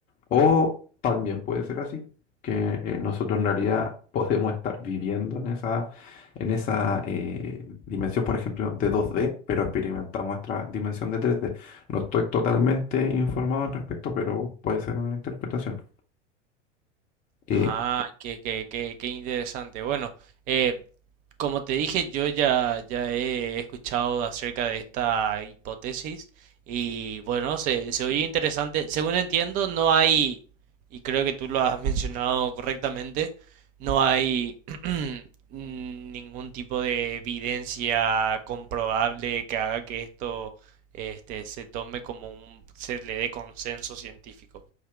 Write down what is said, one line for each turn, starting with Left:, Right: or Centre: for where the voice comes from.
Left: O también puede ser así, que eh, nosotros en realidad podemos estar viviendo en esa, en esa eh, dimensión, por ejemplo, de 2D, pero experimentamos nuestra dimensión de 3D. No estoy totalmente informado al respecto, pero puede ser una interpretación. Eh,
Right: Ah, qué, qué, qué, qué interesante. Bueno, eh, como te dije, yo ya, ya he escuchado acerca de esta hipótesis y bueno, se, se oye interesante. Según entiendo, no hay, y creo que tú lo has <laughs> mencionado correctamente, no hay <clears throat> ningún tipo de evidencia comprobable que haga que esto, este, se tome como un, se le dé consenso científico.